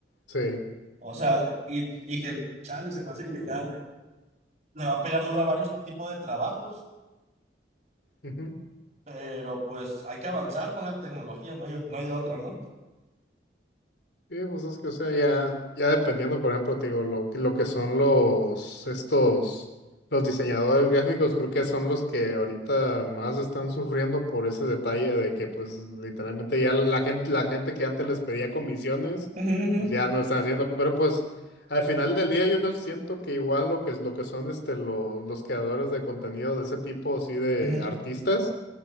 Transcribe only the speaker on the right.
O sea, y dije, chale, se me hace que me gane" le va a pegar duro a varios tipos de trabajos,
pero pues hay que avanzar con la tecnología, no hay, no hay de otra, ¿no?
Ujú, ujú,
ujú.